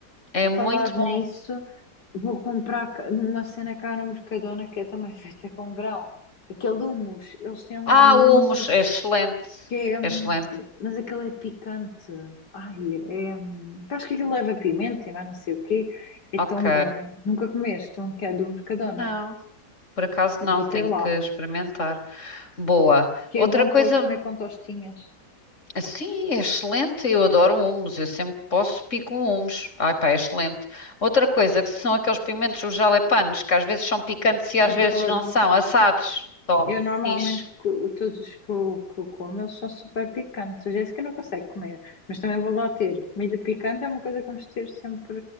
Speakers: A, on the left; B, on the left.
A: é
B: Por
A: muito
B: Falar
A: bom.
B: nisso, vou comprar ca- uma cena cá no Mercadona que é também <laughs> feita com grão. Aquele hummus, eles têm lá
A: Ah,
B: um
A: o
B: hummus
A: hummus, é excelente,
B: que é, hum,
A: é excelente.
B: mas aquele é picante. Ai, é, hum, acho que aquilo leva pimenta e mais não sei o quê. É
A: Ok,
B: tão bom. Nunca comeste um que é do Mercadona?
A: não, por acaso não,
B: Vou
A: tenho
B: ter
A: que
B: lá.
A: experimentar. Boa.
B: Que
A: Outra
B: é bom
A: coisa.
B: para comer com tostinhas.
A: Sim, é excelente. Eu adoro humos. Eu sempre que posso pico um humos. Ai, pá, é excelente. Outra coisa que são aqueles pimentos, os jalapenos, que às vezes são picantes e às
B: Adoro.
A: vezes não são, assados. Tome,
B: Eu normalmente,
A: fixe.
B: co- todos os que eu, que eu como, eles são super picantes. A Jéssica não consegue comer, mas também vou lá ter. Comida picante é uma coisa que vamos ter sempre